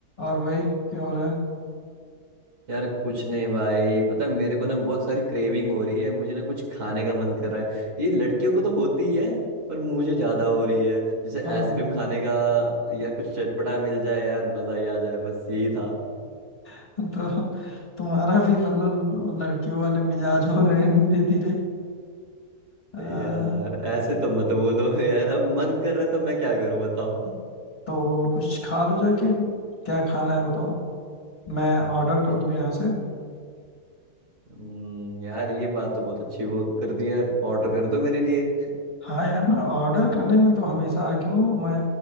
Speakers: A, on the left; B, on the right.
A: और भाई क्या हो रहा है
B: यार कुछ नहीं भाई पता है मेरे को ना बहुत सारी क्रेविंग हो रही है मुझे ना कुछ खाने का मन कर रहा है ये लड़कियों को तो होती है पर मुझे ज्यादा हो रही है जैसे
A: हाँ
B: आइसक्रीम खाने का या कुछ चटपटा मिल जाए यार मजा ही आ जाए बस यही था
A: <laughs> तो तुम्हारा भी मतलब लड़कियों वाले मिजाज हो रहे हैं धीरे धीरे आ,
B: यार ऐसे तो मत बोलो <laughs> यार अब मन कर रहा है तो मैं क्या करूं बताओ
A: तो कुछ खा लो जाके क्या खाना है बताओ मैं ऑर्डर
B: यार
A: कर दूं यहाँ से
B: हम्म, यार ये बात तो बहुत अच्छी वो कर दी यार ऑर्डर कर दो मेरे लिए
A: हाँ यार मैं ऑर्डर करने में तो हमेशा आगे हूँ मैं